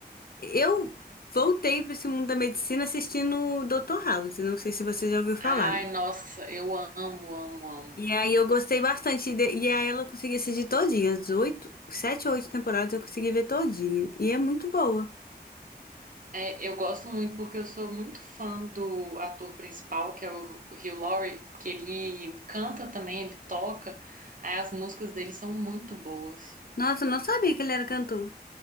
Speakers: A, on the left (about 60°); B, on the right (about 50°).
A: eu voltei para esse mundo da medicina assistindo Dr. House, não sei se você já ouviu falar.
B: Ai, nossa, eu amo, amo, amo.
A: E aí eu gostei bastante, e de- e aí ela consegui assistir todinha, as oito, sete ou oito temporadas eu consegui ver todinha, e é muito boa.
B: É, eu gosto muito porque eu sou muito fã do ator principal, que é o o Hugh Laurie, que ele canta também, ele toca. Aí as músicas dele são muito boas.
A: Nossa, eu não sabia que ele era cantor.